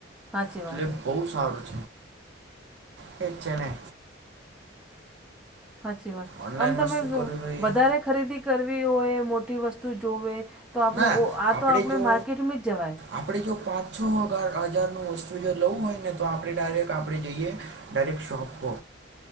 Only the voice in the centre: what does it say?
હાચી
વાત હે.
સાચી વાત
આમ તમે
વધારે ખરીદી કરવી હોય મોટી વસ્તુ જોવે. તો આપણે
ઓ આ તો આપણે
માર્કેટમાં જ જવાય.